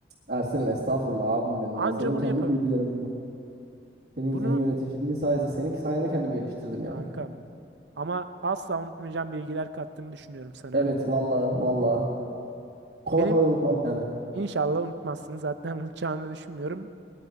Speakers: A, on the right; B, on the right.
A: Ersen'im estağfurullah abim benim
B: Anca
A: ya. Senin
B: bunu
A: kendi
B: yapabilirdim.
A: bilgilerin bunlar. Senin,
B: Bunu
A: senin yöneticiliğin sayesinde. Senin sayende kendimi geliştirdim yani.
B: kankam ama asla unutmayacağım bilgiler kattığımı düşünüyorum sana.
A: Evet valla valla. Kolay
B: Benim
A: kolay unutmam yani.
B: inşallah unutmazsın zaten <laughs> unutacağını düşünmüyorum.